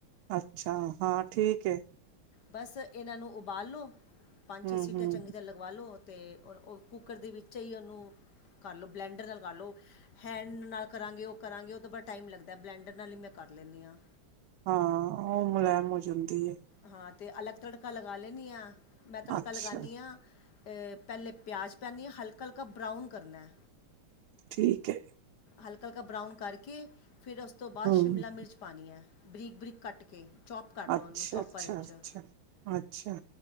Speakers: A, on the right (about 80°); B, on the left (about 55°).
A: ਅੱਛਾ, ਹਾਂ ਠੀਕ ਹੈ
B: ਬਸ ਇਹਨਾਂ ਨੂੰ ਉਬਾਲ ਲਓ, ਪੰਜ
A: ਹੂੰ
B: -ਛੇ ਸੀਟਾਂ
A: ਹੂੰ
B: ਚੰਗੀ ਤਰ੍ਹਾਂ ਲੱ ਉਵਾ ਲਓ ਤੇ ਉਹ, ਉਹ ਕੁੱਕਰ ਦੇ ਵਿੱਚ ਹੀ, ਉਹਨੂੰ ਕਰ ਲਓ, ਬਲੈਂਡਰ ਨਾਲ ਲਗਾ ਲਓ ਹੈਂਣ ਨਾਲ ਕਰਾਂਗੇ, ਉਹ ਕਰਾਂਗੇ ਉਹ ਤਾਂ ਬੜਾ ਟਾਈਮ ਲੱਗਦਾ, ਬਲੈਂਡਰ ਨਾਲ ਹੀ ਮੈਂ ਕਰ ਲੈਂਦੀ ਹਾਂ
A: ਹਾਂ, ਉਹ ਮਲੈਮ ਹੋ ਜਾਂਦੀ ਹੈ
B: ਹਾਂ, ਤੇ ਅਲੱਗ ਤੜਕਾ ਲਗਾ ਲੈਂਦੀ ਆ, ਮੈਂ ਤੜਕਾ
A: ਅੱਛਾ
B: ਲਗਾਉਨੀ ਆਂ ਪਹਿਲੇ ਪਿਆਜ਼ ਪਉਨੀ ਹਾਂ, ਹਲਕਾ 'ਹਲਕਾ ਬਰਾਊਨ ਕਰਨਾ
A: ਠੀਕ ਹੈ ਜ
B: ਹਲਕਾ- ਹਲਕਾ ਬਰਾਊਨ ਕਰਕੇ, ਫਿਰ ਉਸ ਤੋਂ ਬਾਅਦ
A: ਹੂੰ
B: ਸ਼ਿਮਲਾ ਮਿਰਚ ਪਾਣੀ ਹੈ, ਬਰੀਕ- ਬਰੀਕ ਕੱਟ ਕੇ ਓਕੇ, ਚੌਪ ਕਰ ਲਓ,
A: ਅੱਛਾ
B: ਉਹਨੂੰ ਚੌਪਰ
A: ਅੱਛਾ ਅੱਛਾ
B: 'ਚ
A: ਅੱਛਾ